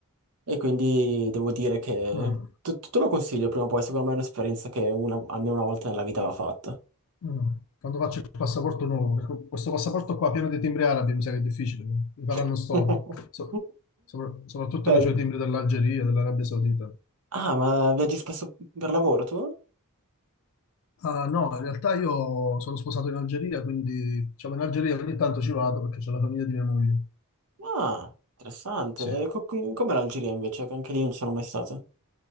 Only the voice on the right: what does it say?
e quindi devo dire che
te, te lo consiglio prima o poi, secondo me è un'esperienza che una- almeno una volta nella vita va fatta.
<laughs>
Eh,
ah, ma viaggi spesso per lavoro tu?
Ah, interessante.
E co- com- com'è l'Algeria invece? Che anche lì non sono mai stato.